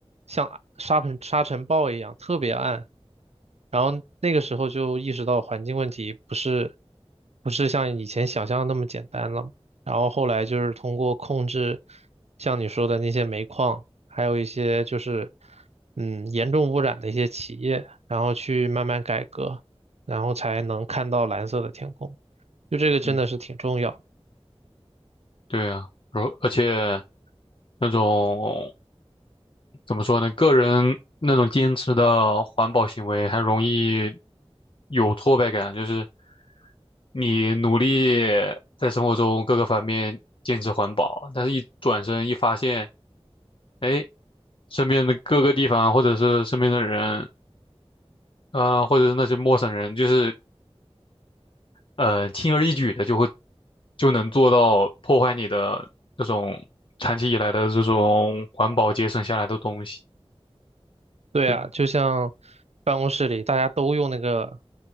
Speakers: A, on the right; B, on the left.
A: 像沙尘沙尘暴一样，特别暗。然后那个时候就意识到环境问题不是不是像以前想象的那么简单了嘛。然后后来就是通过控制，像你说的那些煤矿，还有一些就是嗯严重污染的一些企业，然后去慢慢改革，然后才能看到蓝色的天空。就这个真的是挺重要。
B: 嗯对啊，然后而且那种怎么说呢，个人那种坚持的环保行为，还容易有挫败感，就是你努力在生活中各个方面坚持环保，但是一转身一发现，哎，身边的各个地方，或者是身边的人，啊、或者是那些陌生人，就是呃，轻而易举的就会就能做到破坏你的这种长期以来的这种环保节省下来的东西。
A: 对啊，
B: 就
A: 就像办公室里大家都用那个